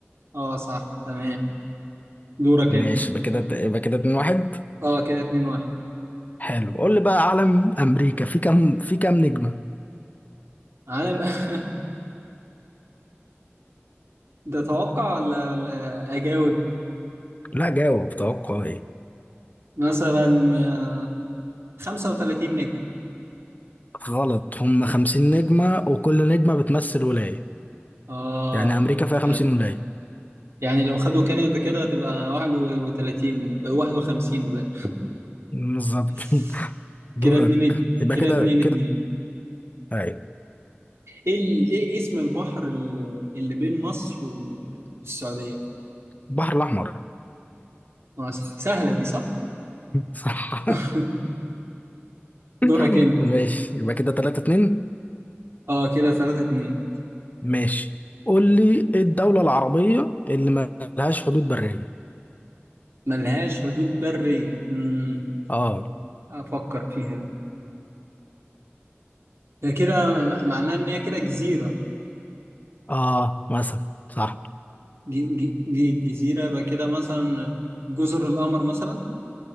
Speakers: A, on the right; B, on the left.
A: اه صح تمام دورك
B: ماشي
A: انت
B: يبقى كده يبقى كده 2 1
A: اه كده اتنين واحد
B: حلو قول لي بقى علم امريكا في كام في كام نجمة
A: عالم <laughs> ده توقع ولا ولا اجاوب
B: لا جاوب توقع ايه
A: مثلا آه، 35 نجم
B: غلط هم 50 نجمة وكل نجمة بتمثل ولاية
A: اه
B: يعني امريكا فيها 50
A: فعلا.
B: ولاية
A: يعني لو خدوا كندا كده هتبقى 31 51 ولا
B: بالظبط
A: <laughs>
B: <laughs> دورك
A: كده اتنين
B: يبقى
A: كده
B: كده
A: اتنين اتنين
B: كده اي
A: ايه ال- ايه اسم البحر ال- اللي بين مصر وال- والسعودية؟
B: البحر الاحمر
A: آه، سهلة دي صح؟
B: صح
A: <laughs> دورك
B: <laughs>
A: انت
B: ماشي يبقى كده 3 2
A: اه كده ثلاثة اتنين
B: ماشي قول لي ايه الدولة العربية اللي ما لهاش حدود برية
A: ملهاش حدود برية امم
B: اه
A: افكر فيها دي ده كده م- معناه ان هي كده جزيرة
B: اه مثلا صح
A: ج- ج- ج- جزيرة يبقى كده مثلا جزر القمر مثلا